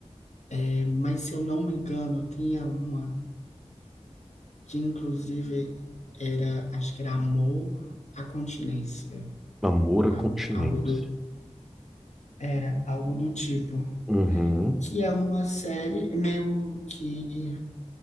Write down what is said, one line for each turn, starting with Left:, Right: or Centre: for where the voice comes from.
Left: é, mas se eu não me engano, tinha uma que inclusive era, acho que era Amor à Continência,
Centre: Amor
Left: algo,
Centre: à continência.
Left: algo do, era algo do tipo.
Centre: Uhum.
Left: Que é uma série meio que